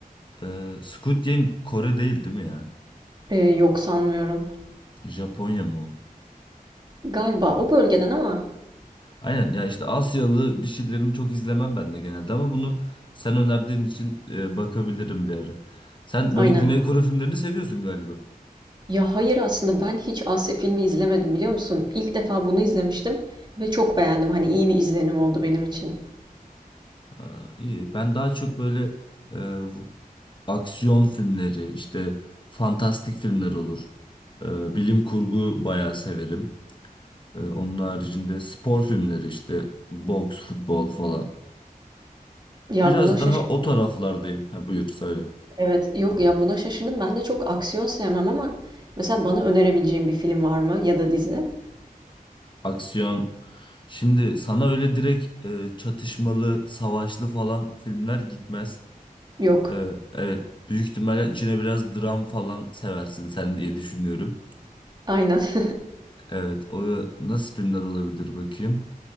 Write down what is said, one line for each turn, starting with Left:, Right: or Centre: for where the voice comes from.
Left: e, Squid Game Kore değil değil mi ya?
Right: E, yok sanmıyorum.
Left: Japonya mı o?
Right: Galiba o bölgeden ama
Left: Aynen ya işte Asyalı bir şeylerini çok izlemem ben de genelde ama bunu sen önerdiğin için e, bakabilirim bir ara. Sen
Right: Aynen.
Left: böyle Güney Kore filmlerini seviyorsun galiba.
Right: Ya hayır aslında ben hiç Asya filmi izlemedim biliyor musun? İlk defa bunu izlemiştim ve çok beğendim. Hani iyi bir izlenim oldu benim için.
Left: Aa, iyi. Ben daha çok böyle e, aksiyon filmleri, işte fantastik filmler olur. Ee, bilim kurgu bayağı severim. Ee, onun haricinde spor filmleri işte boks, futbol falan.
Right: Ya
Left: Biraz
Right: buna şaşırdım.
Left: daha o taraflardayım. Ha, buyur söyle.
Right: Evet. Yok ya buna şaşırdım. Ben de çok aksiyon sevmem ama mesela bana önerebileceğin bir film var mı ya da dizi?
Left: Aksiyon. Şimdi sana öyle direkt e, çatışmalı, savaşlı falan filmler gitmez.
Right: Yok.
Left: Ee, evet. Büyük ihtimalle içine biraz dram falan seversin sen diye düşünüyorum.
Right: Aynen. <laughs>
Left: Evet, o nasıl filmler olabilir bakayım.